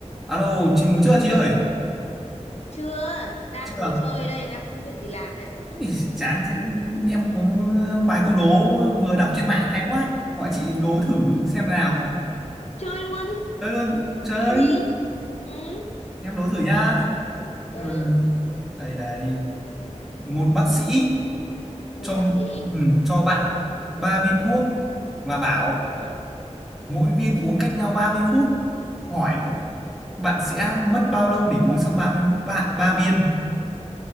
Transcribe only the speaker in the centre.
Alo, chị ngủ chưa chị ơi?
Chưa.
à?
Ý, Chán thế em có vài câu đố vừa đọc trên mạng hay quá. Gọi chị đố thử xem nào.
Chơi luôn, chơi.
Em đố thử nhá.
Ừ. Đây đây. Một bác sĩ
cho
ừ, cho bạn ba viên thuốc và bảo
mỗi viên uống cách nhau 30 phút. Hỏi bạn sẽ mất bao lâu để uống xong ba mươi ba, ba viên?